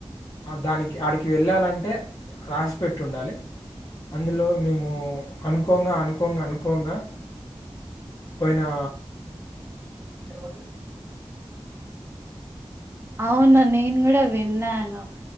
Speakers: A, on the left; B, on the right.
A: దానికి ఆడికి వెళ్ళాలంటే రాసిపెట్టి ఉండాలి అందులో మేము అనుకోంగా అను కోంగా అనుకోంగా పోయినా
B: ఒదు అవును నేను కూడా విన్నాను